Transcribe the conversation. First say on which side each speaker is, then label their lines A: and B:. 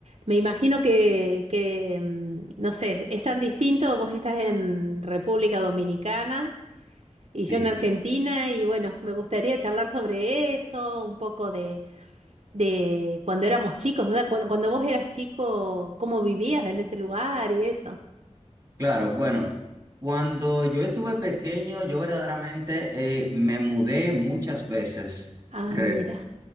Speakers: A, on the right (about 60°); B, on the right (about 25°).
A: me imagino que, que, mm, no sé, es tan distinto, vos estás en República Dominicana y yo
B: Sí,
A: en Argentina y bueno, me gustaría charlar sobre eso, un poco de cuando éramos chicos, o sea, cuando, cuando vos eras chico, cómo vivías en ese lugar y eso.
B: claro. Bueno, cuando yo estuve pequeño, yo verdaderamente eh, me mudé muchas veces,
A: Ah,
B: creo.
A: mira,